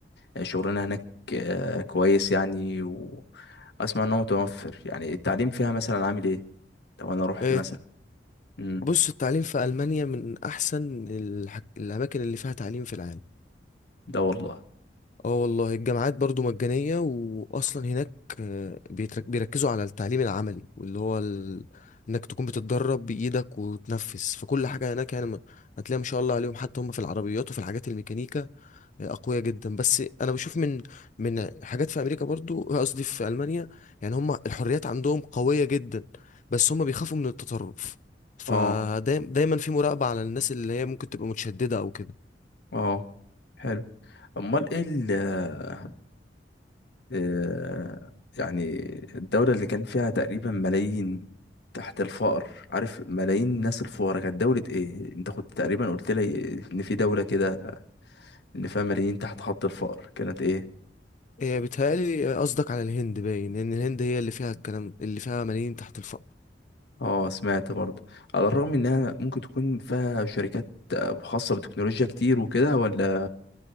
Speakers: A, on the left; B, on the left.
A: آه، شغلنا هناك آه، كويس يعني وأسمع إن هو متوفر يعني التعليم فيها مثلا عامل إيه لو أنا روحت
B: آه،
A: مثلا مم.
B: بص التعليم في المانيا من احسن الحك... الاماكن اللي فيها تعليم في العالم
A: ده والله
B: اه والله الجامعات برضو مجانيه واصلا هناك آه، بيترك... بيركزوا على التعليم العملي واللي هو ال... انك تكون بتتدرب بايدك وتنفذ فكل حاجه هناك يعني م- هتلاقي ما شاء الله عليهم حتى هم في العربيات وفي الحاجات الميكانيكا اقوياء جدا بس انا بشوف من من حاجات في امريكا برضو قصدي في المانيا يعني هم الحريات عندهم قويه جدا بس هم بيخافوا من التطرف فدايما
A: اه
B: في مراقبه على الناس اللي هي ممكن تبقى متشدده او كده
A: اه حلو أمال إيه ال آه، آه، يعني الدولة اللي كان فيها تقريبا ملايين تحت الفقر عارف ملايين الناس الفقراء كانت دولة إيه أنت كنت تقريبا قلت لي إن في دولة كده ان فيها ملايين تحت خط الفقر كانت ايه
B: إيه، بيتهيألي قصدك على الهند باين ان الهند هي اللي فيها الكلام اللي فيها ملايين تحت الفقر
A: اه سمعت برضه على الرغم انها ممكن تكون فيها شركات آه، خاصة بالتكنولوجيا كتير وكده ولا